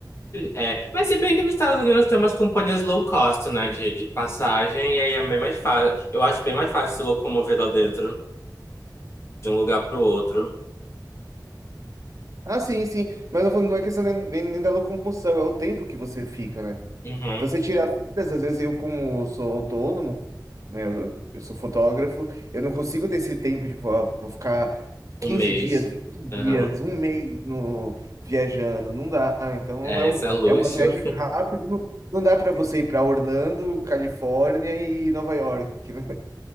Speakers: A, on the left; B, on the right.
A: É, mas se bem que nos Estados Unidos tem umas companhias low cost, né, de, de passagem, e aí é bem mais fácil. Eu acho bem mais fácil se locomover lá dentro de um lugar pro outro.
B: Ah, sim, sim. Mas não é questão nem, nem- nem da locomoção, é o tempo que você fica, né?
A: Uhum.
B: Então você tira fitas, às vezes eu, como sou autônomo, né, eu, eu sou fotógrafo, eu não consigo ter esse tempo de, tipo, ah, vou ficar quinze
A: Um mês.
B: dias, vinte dias,
A: Uhum.
B: um mês no, viajando, não dá. Então
A: É,
B: é, um,
A: isso é luxo.
B: é uma viagem rápida, não, não dá para você ir para Orlando, Califórnia e Nova York, <laughs> né?